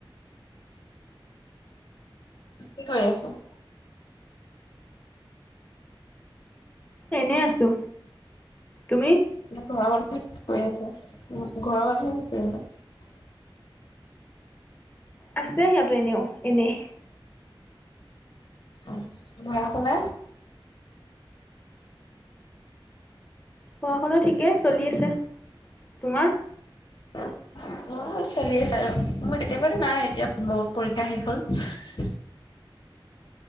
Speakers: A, on the left (about 60°); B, on the left (about 15°).
A: কি কৰি আছ?
B: এনেই আছোঁ। তুমি?
A: ঘৰৰ মানুহে কি কৰি আছে? ঘৰৰ মানুহে কি কৰি আছে?
B: আছে সিহঁতো এনেও, এনেই।
A: উম, পঢ়া শুনা?
B: পঢ়া শুনা ঠিকেই চলি আছে। তোমাৰ?
A: অ', মোৰ চলি আছে আৰু। মই তেতিয়া বাৰু নাই এতিয়া মোৰ পৰীক্ষা শেষ হ'ল।